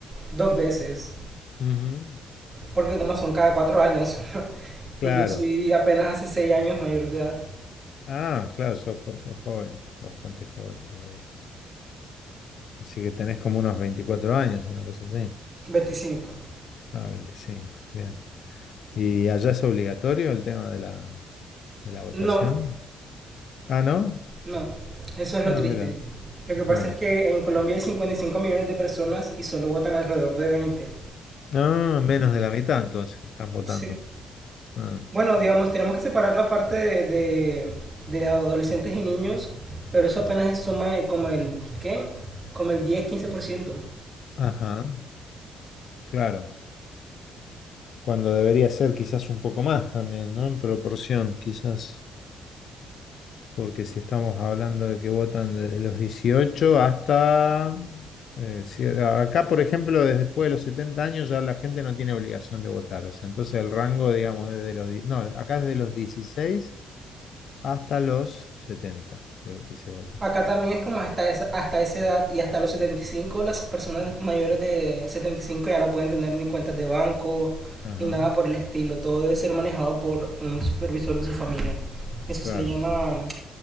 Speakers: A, on the right; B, on the left.
A: dos veces,
B: Ujú,
A: porque como son cada cuatro años, <laughs>
B: Claro.
A: y yo soy apenas hace seis años mayor de edad,
B: Ah, claro, sos, jo- sos joven, bastante joven todavía. Así que tenés como unos 24 años, una cosa así.
A: 25.
B: No, 25. bien. ¿Y allá es obligatorio el tema de la, de la votación?
A: No,
B: Ah, ¿no?
A: No, eso es lo
B: Ah,
A: triste.
B: mira,
A: Lo que
B: claro.
A: pasa es que en Colombia hay 55 millones de personas y solo votan alrededor de 20.
B: Ah, menos de la mitad entonces que están votando.
A: Sí.
B: Ah,
A: Bueno, digamos, tenemos que separar la parte de, de- de adolescentes y niños, pero eso apenas es suma de como el, ¿qué? Como el diez quince por ciento.
B: ajá, claro. Cuando debería ser quizás un poco más también, ¿no? En proporción, quizás. Porque si estamos hablando de que votan desde los 18 hasta... eh, si- acá, por ejemplo, desde después de los 70 años ya la gente no tiene obligación de votar. O sea, entonces el rango, digamos, desde los... di- No, acá es de los dieciséis hasta los setenta que, que se vota.
A: Acá también es como hasta esa, hasta esa edad y hasta los 75, las personas mayores de 75 ya no pueden tener ni cuentas de banco
B: Ajá,
A: ni nada por el estilo. Todo debe ser manejado por un supervisor de su familia. Eso
B: claro.
A: se le llama,